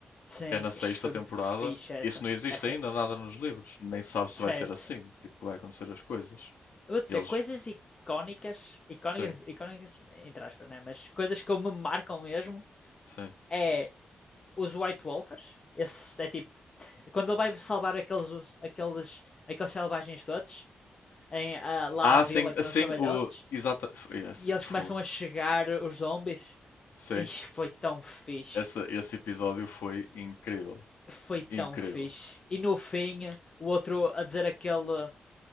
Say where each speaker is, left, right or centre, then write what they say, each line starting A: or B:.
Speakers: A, on the left (about 25°); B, on the left (about 70°).
A: Sim.
B: que é na sexta
A: Ixi, foi
B: temporada,
A: muito fixe essa.
B: isso não existe
A: Essa.
B: ainda nada nos livros. Nem se sabe se
A: Certo.
B: vai ser assim, tipo, que vai acontecer as coisas.
A: Eu vou dizer,
B: Eles,
A: coisas icónicas. Icónicas,
B: sim,
A: icónicas, entre aspas, né? Mas coisas que me marcam mesmo
B: sim.
A: é os White Walkers. Esse é tipo. Quando ele vai salvar aqueles, aqueles, aqueles selvagens todos, em, ah, lá
B: Ah,
A: à vila
B: sim,
A: que
B: sim,
A: não são velhotes,
B: o. Exata. foi Esse,
A: e eles
B: fu-
A: começam a chegar, os zombies,
B: sim,
A: Ixi, foi tão fixe.
B: esse, esse episódio foi incrível.
A: Foi tão
B: Incrível.
A: fixe. E no fim, o outro a dizer aquele.